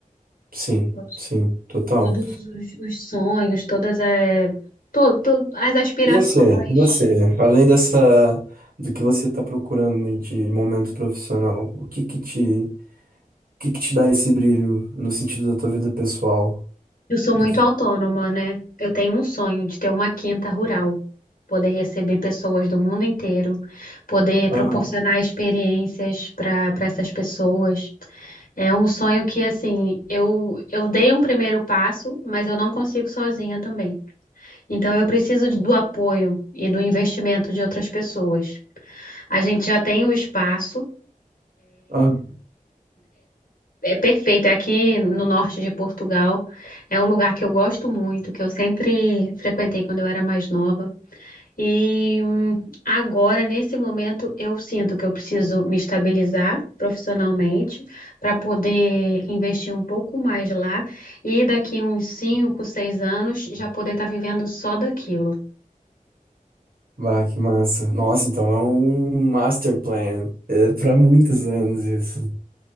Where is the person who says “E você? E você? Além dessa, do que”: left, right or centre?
Right